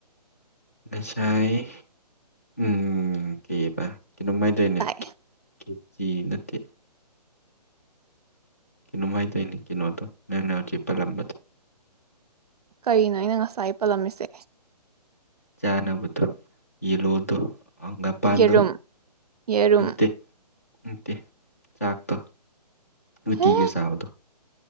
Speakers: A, on the left; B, on the right.
A: ꯉꯁꯥꯏ ꯎꯝ ꯀꯩꯕꯥ ꯀꯩꯅꯣꯝꯍꯥꯢꯇꯥꯏꯅꯦ
B: ꯇꯥꯏ
A: ꯀꯦꯆ ꯅꯠꯇꯦ ꯅꯨꯡꯉꯥꯏꯗꯣꯏꯅꯤ ꯀꯩꯅꯣꯗꯣ ꯅꯪꯅ ꯆꯦꯞ ꯄꯜꯂꯝꯕꯗꯣ
B: ꯀꯔꯤꯅꯣ ꯑꯩꯅ ꯉꯁꯥꯏ ꯄꯜꯂꯝꯃꯤꯁꯦ
A: ꯆꯅꯥꯕꯗꯨ ꯌꯦꯂꯑꯣꯗꯨ ꯍꯪꯒꯥꯄꯥꯟꯗꯣ
B: ꯌꯦꯔꯨꯝ ꯌꯦꯔꯨꯝ
A: ꯅꯠꯇꯦ ꯅꯠꯇꯦ ꯆꯥꯛꯇꯣ ꯎꯇꯤꯒ
B: ꯍꯦ
A: ꯆꯥꯕꯗꯣ